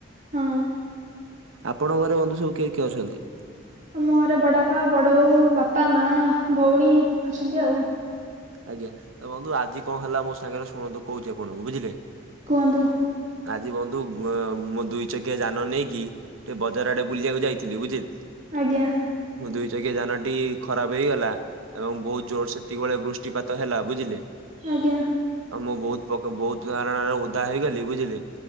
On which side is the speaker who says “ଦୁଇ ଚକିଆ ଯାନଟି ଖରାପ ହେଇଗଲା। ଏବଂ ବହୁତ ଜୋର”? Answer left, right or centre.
Right